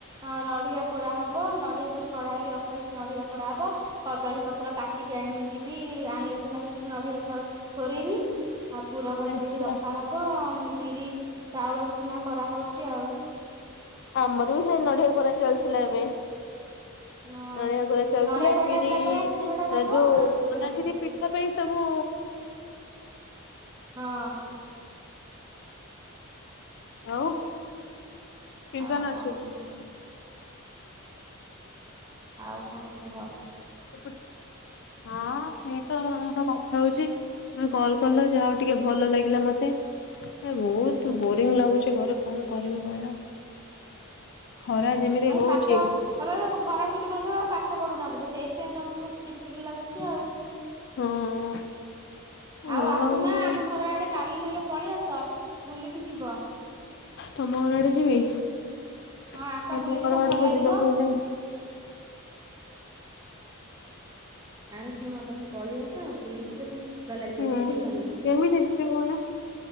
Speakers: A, on the right; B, on the left.
A: ଅ ନଡିଆ କୋରାହବ ନଡିଆ ସବୁ ଛଡା ହେଇକି ରଖା ହେଇଚି ନଡିଆ କୋରାହବ କଦଳୀ ପତ୍ର କାଟିକି ଆଣିବି ଯିବି ଆଣିଲେ ସିନା ସେଥିରେ ନଡିଆ ଛ କୋରେଇବି। ଆଉ ପୁରା ଭଜା
B: ଆଚ୍ଛା।
A: ହେଇକି ରଖ ହବ ବିରି ଚାଉଳ ଚୁନା କରାହଉଚ ଚି ଆଉ।
B: ଆମର ବି ସେଇ ନଢ଼ିଆ କୋରା ଚାଲିଥିଲା ଏବେ।
A: ହଁ
B: ନଡ଼ିଆ କୋରା ଚାଲିଥିଲା
A: ନଡିଆ କୋରାଟା
B: ବିରି
A: ହେଲା ପରେ ପୁରଟା ଭଜା
B: ଯୋଉ
A: ହବ ନା ସେଥିପାଇଁ
B: ବନାନ୍ତିନି ପିଠା ପାଇଁ ସବୁ
A: ହଁ।
B: ଆଉ। ଚିନ୍ତନ
A: ଆଉ
B: ଅଛି
A: କଣ କୁହ? ଆଉ କଣ କୁହ?
B: ସେପଟ ହଁ ସେଇତ ବ କଥା ହଉଚି ତମେ କଲ କଲ ଯାହା ହଉ ଟିକେ ଭଲ ଲାଗିଲା ମତେ ବହୁତ ବୋରିଙ୍ଗ ଲାଗୁଚି ଘରେ କଣ କରିବି କହିଲ? ଖରା
A: କିଛି
B: ଯେମିତି
A: ନାହିଁ
B: ହଉଛି।
A: ପାଠ ତମେ ଏବେ ଖରା ଛୁଟି ପରେ ପାଠ ପଢୁନା ବୋଧେ ସେଇ ସେଥିପାଇଁ ତମକୁ ଚିଡିଚିଡି ଲାଗୁଛି ଆଉ।
B: ହଁ
A: ଆଉ
B: ଭଲ
A: ଆସୁନା
B: ଲାଗୁନି
A: ଆମ ଘର ଆଡେ କାଲି ନହେଲେ ପଳେଇ ଆସ ବୁଲିକି ଯିବ।
B: ତମ ଘର ଆଡେ ଯିବି? ତମ
A: ହଁ ଆସ ବୁଲିଯିବ
B: ଘର
A: ତମକୁ
B: ଆଡ଼କୁ
A: ଭଲ ଲାଗିବ।
B: ଯିବାକୁ ହେଲେ
A: ଆରେ ଶୁଣ ତମେ ପଳେଇଆସ ଆଉ ବୁଲିକି ଯ ତମକୁ ଭଲ ଲାଗିବ
B: ହୁଁ
A: ବୁଝିଲ ନା
B: କେମିତି ଯିବି କହୁନା